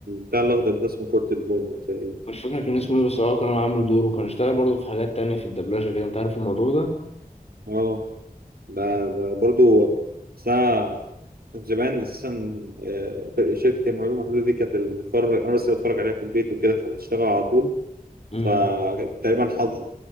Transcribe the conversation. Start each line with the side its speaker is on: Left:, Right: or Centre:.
Right: بتاع الأخضر ده اسمه كورتيزون تقريبا
Left: مش فاكر كان اسمه ايه بس اه كان هو عامل دوره كان اشتغل برضه في حاجات تانية في الدبلجة كده انت عارف الموضوع ده؟
Right: اه ده ده برضه بس أنا زمان أساسا آه، فرق شركة المعلومة المحدودة دي كانت اللي بتفرج أنا بس اللي بتفرج عليها في البيت وكده فبتشتغل على طول
Left: مم.
Right: فتقريبا حافظه